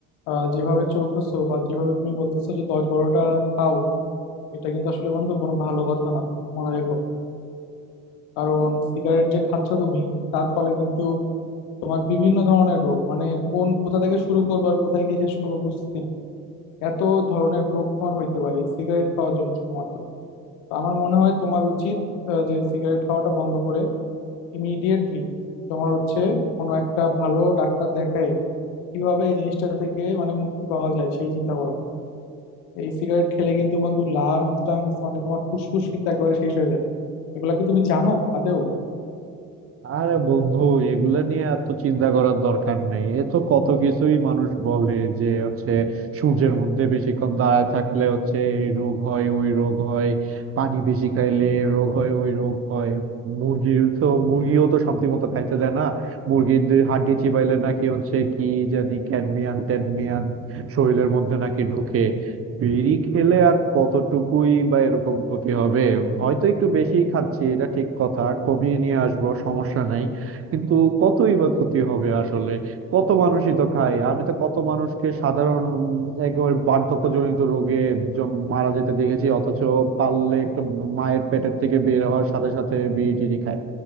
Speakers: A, on the left (about 60°); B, on the right (about 35°).
A: আহ, যেভাবে চলতেছো বা যেভাবে তুমি বলতেছো যে দশ বারোটা খাও এটা কিন্তু আসলে বন্ধু কোনো ভালো কথা না মনে রেখো কারণ সিগারেট যে খাচ্ছ তুমি তার ফলে কিন্তু তোমার বিভিন্ন ধরনের রোগ মানে কোন কোথা থেকে শুরু করবো আর কোথায় গিয়ে শেষ করবো বুঝছি না এত ধরনের রোগ তোমার হইতে পারে সিগারেট খাওয়ার জন্য শুধুমাত্র তো আমার মনে হয় তোমার উচিত আহ, যে সিগারেট খাওয়াটা বন্ধ করে ইমিডিয়েটলি তোমার হচ্ছে কোনো একটা ভালো ডাক্তার দেখায় কিভাবে এই জিনিসটা থেকে মানে মুক্তি পাওয়া যায় সেই চিন্তা করো এই সিগারেট খেলে কিন্তু বন্ধু লাংস টাংস মানে তোমার ফুসফুস কিন্তু একেবারে শেষ হয়ে যাবে এগুলা কি তুমি জানো আদেও
B: আরে বন্ধু এগুলা নিয়ে এত চিন্তা করার দরকার নেই এ তো কত কিছুই মানুষ বলে যে হচ্ছে সূর্যের মধ্যে বেশিক্ষণ দাঁড়ায় থাকলে হচ্ছে এই রোগ হয় ওই রোগ হয় পানি বেশি খাইলে এ রোগ হয় ওই রোগ হয় মুরগির তো মুরগিও তো শান্তি মতো খাইতে দেয় না মুরগির দুই হাড্ডি চিবাইলে নাকি হচ্ছে কি জানি ক্যাডমিয়ান ট্যাডমিয়ান শরীরের মধ্যে নাকি ঢুকে বিড়ি খেলে আর কতটুকুই বা এরকম ক্ষতি হবে হয়তো একটু বেশি খাচ্ছি এটা ঠিক কথা কমিয়ে নিয়ে আসবো সমস্যা নাই কিন্তু কতই বা ক্ষতি হবে আসলে কত মানুষই তো খায় আমি তো কত মানুষকে সাধারণ উম, একেবারে বার্ধক্যজনিত রোগে জম- মারা যেতে দেখেছি অথচ পারলে একটু মায়ের পেটের থেকে বের হওয়ার সাথে সাথে বিড়ি টিড়ি খায়